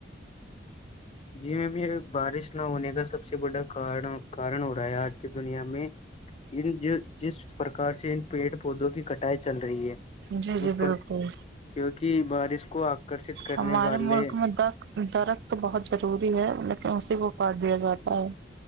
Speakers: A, on the left; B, on the right.
A: جی میم یہ بارش نہ ہونے کا سب سے بڑا ک کارن ہو رہا ہے آج کی دنیا میں ان جو جس پرکار سے ان پیڑ پودوں کی کٹائی چل رہی ہے
B: جی جی
A: اس
B: بالکل
A: پر کیونکہ بارش کو آکرشت کرنے
B: ہمارے
A: والے
B: ملک میں درخت بہت ضروری ہے لیکن اسی کو کاڑ دیا جاتا ہے